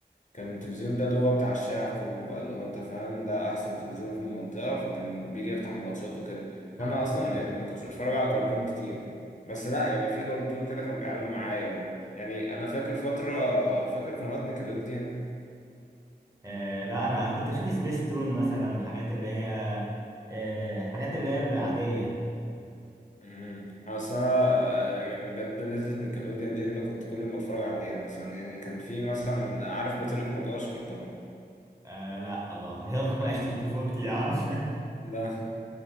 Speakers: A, on the left (about 45°); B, on the right (about 20°).
A: كان التلفزيون ده اللي هو بتاع الشارع كله بقى اللي هو انت فاهم ده احسن تلفزيون في المنطقة فكان بيجي يفتح الماتشات وكده فانا
B: <laughs>
A: اصلا يعني ما كنتش بتفرج على كرتون كتير بس لا يعني في كرتون كده كان بيعلم معايا برضه يعني انا فاكر فترة فاكر قناة نيكلوديان
B: آه لا انا كنت اشوف سبيس تون مثلا حاجات اللي هي آه حاجات اللي هي العادية
A: امم اصل انا آه، يعني بجد لذة نيكلوديان دي انا كنت كل يوم بتفرج عليها مثلا يعني كان في مثلا عارف بطريق مدغشقر طبعا
B: آه لا والله <laughs> يلا ما عشتش طفولتي يا عم <laughs>
A: لا <laughs>